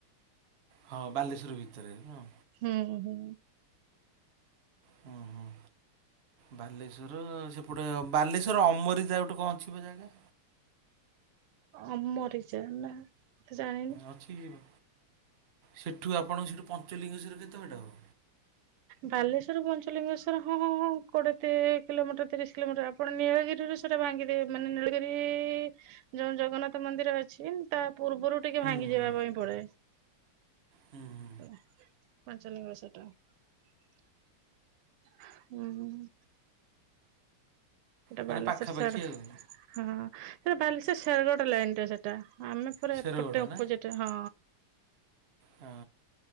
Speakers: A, on the right; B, on the right.
A: ହଁ ବାଲେଶ୍ୱର ଭିତରେ ହଁ।
B: ହୁଁ ହୁଁ।
A: ହୁଁ ହୁଁ। ବାଲେଶ୍ୱର ସେପଟେ ବାଲେଶ୍ୱର ଅମରିଦା ଗୋଟେ କଣ ଅଛିି ପା ଜାଗା।
B: ଅମରିଚା ନା ଜାଣିନି।
A: ପଛିି ଯିବ ସେଠୁ ଆପଣଙ୍କ ସେଠୁ ପଞ୍ଚଲିଙ୍ଗେଶ୍ୱର କେତେ ବାଟ ହେବ।
B: ବାଲେଶ୍ୱର ପଞ୍ଚଲିଙ୍ଗେଶ୍ଵର ହଁ କୋଡିଏ କିଲୋମିଟର ତିରିଶ କିଲୋମିଟର। ଆପଣ ନୀଳଗିରିରେ ସେଟା ଭାଙ୍ଗିଦେବେ। ମାନେ ନୀଳଗିରି ଯୋଉ ଜଗନ୍ନାଥ ମନ୍ଦିର ଅଛି। ତା ପୂର୍ବରୁ ଟିକେ
A: ହୁଁ
B: ଭାଙ୍ଗି
A: ହୁଁ।
B: ଯିବା ପାଇଁ ପଡେ।
A: ହୁଁ ହୁଁ
B: ହେ <unintelligible> ହୁଁ ହୁଁ। ସେଟା
A: ମାନେ
B: ବାଲେଶ୍ୱର
A: ପାଖାପାଖି
B: ସାର୍।
A: ଆଉ।
B: ହଁ ସେଟା ବାଲେଶ୍ଵର ଶରଗଡ ଲାଇନରେ ସେଟା। ଆମେ ପୁରା
A: ଶେରଗଡ଼
B: ଏପଟେ ଅପୋଜିଟ
A: ନା
B: ହଁ
A: ହଁ